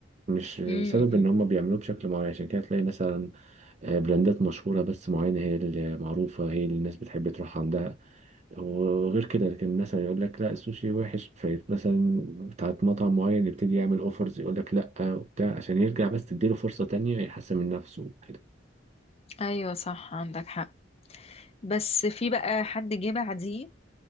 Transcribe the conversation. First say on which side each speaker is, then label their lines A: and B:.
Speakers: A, on the right; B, on the left.
A: مش بسبب
B: امم
A: ان هم بيعملوه بشكل معين عشان كده تلاقي مثلا آه، براندات مشهورة بس معينة هي المعروفة هي اللي الناس بتحب تروح عندها وغير كده لكن مثلا يقول لك لا السوشي وحش فمثلا بتاعت مطعم معين يبتدي يعمل اوفرز يقول لك لا وبتاع عشان يرجع بس تديله فرصة تانية يحسن من نفسه كده
B: أيوة صح عندك حق بس في بقى حد جه بعديه